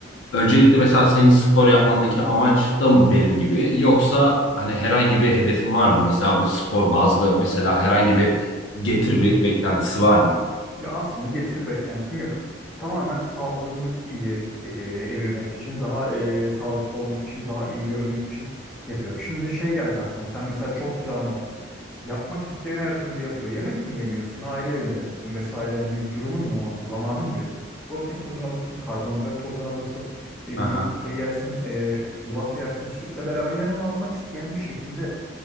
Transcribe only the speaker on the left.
öncelikle mesela senin spor yapmandaki amaç da mı benim gibi yoksa hani herhangi bir hedefin var mı? Mesela bu spor bazlı mesela herhangi bir getir be- beklentisi var mı?
Aha.